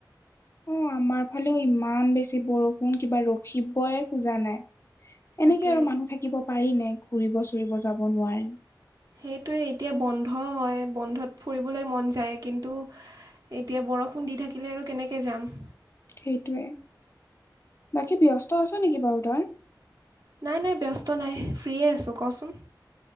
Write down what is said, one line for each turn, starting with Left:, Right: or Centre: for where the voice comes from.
Left: অ আমাৰ ফালেও ইমান বেছি বৰষুণ কিবা ৰখিবয় খোজা নাই।
Right: তাকে
Left: এনেকে আৰু মানুহ থাকিব পাৰি নে ঘুৰিব চুৰিব যাব নোৱাৰি
Right: সেইটোৱে এতিয়া বন্ধ হয় বন্ধত ফুৰিবলৈ মন যায় কিন্তু এতিয়া বৰষুণ দি থাকিলে আৰু কেনেকে যাম
Left: সেইটোৱে বাকী ব্যস্ত আছ নেকি বাও তই
Right: নাই নাই ব্যস্ত নাই ফ্ৰীয়ে আছোঁ কচোন